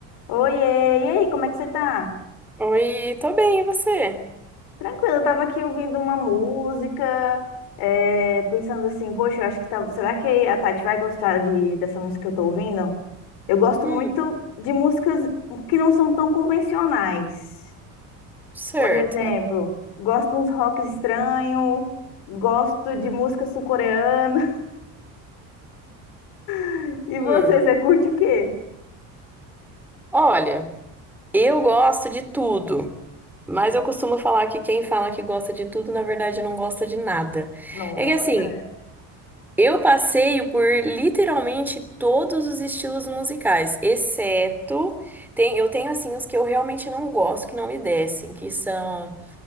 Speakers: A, on the left (about 75°); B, in the centre.
A: Oiê, e aí, como é que você tá?
B: Oi, tô bem, e você?
A: Tranquilo, eu tava aqui ouvindo uma música, é, pensando assim, poxa, eu acho que tá, será que a Tati vai gostar de, dessa música que eu tô ouvindo? Eu gosto
B: Hum,
A: muito de músicas que não são tão convencionais.
B: certo.
A: Por exemplo, gosto de uns rock estranho, gosto de música sul-coreana. <laughs> E você,
B: Hum.
A: você curte o quê?
B: Olha, eu gosto de tudo, mas eu costumo falar que quem fala que gosta de tudo, na verdade, não gosta de nada.
A: Nossa,
B: É que assim, eu passeio por literalmente todos os estilos musicais, exceto tem, eu tenho assim os que eu realmente não gosto, que não me descem, que são,